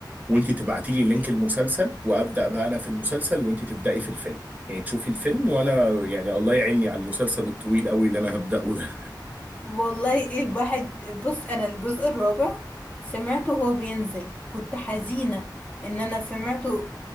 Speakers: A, on the right; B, on the left.
A: وانت تبعتي لي لينك المسلسل وابدا بقى انا في المسلسل وانت تبداي في الفيلم يعني تشوفي الفيلم وانا يعني الله يعيني على المسلسل الطويل قوي اللي انا هبداه ده
B: والله ايه الواحد بص انا الجزء الرابع سمعته وهو بينزل كنت حزينة ان انا سمعته